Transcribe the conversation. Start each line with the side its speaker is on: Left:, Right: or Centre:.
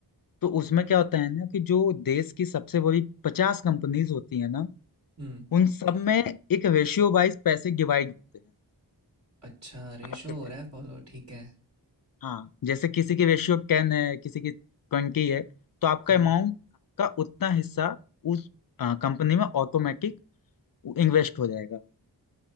Left: तो उसमें क्या होता है ना कि जो देश की सबसे बड़ी पचास कंपनीज होती है ना
Right: हम्म
Left: उन सब में एक रेशियो वाइज पैसे डिवाइड होते हैं
Right: अच्छा रेशो
Left: आपके पैसे
Right: हो रहा है फॉलो ठीक है
Left: हाँ जैसे किसी की रेशियो टेन है किसी की ट्वेंटी है तो आपका
Right: हाँ
Left: अमाउंट का उतना हिस्सा उस कंपनी में ऑटोमेटिक इन्वेस्ट हो जाएगा